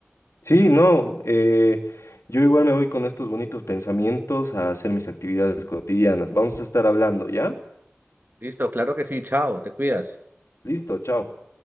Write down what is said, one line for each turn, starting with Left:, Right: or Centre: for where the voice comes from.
Left: sí, no, eh, yo igual me voy con estos bonitos pensamientos a hacer mis actividades cotidianas. Vamos a estar hablando, ¿ya?
Right: Listo, claro que sí, chao, te cuidas.
Left: Listo, chao.